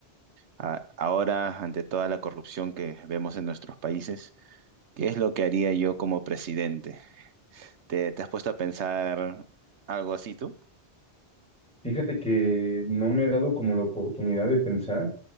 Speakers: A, on the right; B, in the centre.
A: a- ahora ante toda la corrupción que vemos en nuestros países, ¿qué es lo que haría yo como presidente? ¿Te, te has puesto a pensar algo así tú?
B: Fíjate que no me he dado como la oportunidad de pensar,